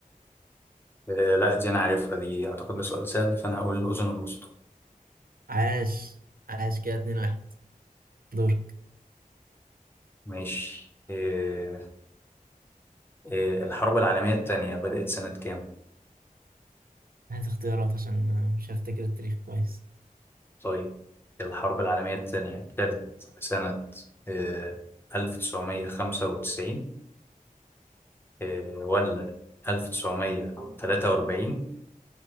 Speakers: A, on the left (about 15°); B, on the right (about 85°).
A: آه لا دي انا عارفها دي اعتقد ده سؤال سهل فانا هقول الاذن الوسطى
B: عاش عاش كده اتنين واحد دورك
A: ماشي آه آه الحرب العالمية الثانية بدأت سنة كام؟
B: هات اختيارات عشان مش هفتكر التاريخ كويس
A: طيب الحرب العالمية الثانية ابتدت سنة آه 1995 آه ولا 1943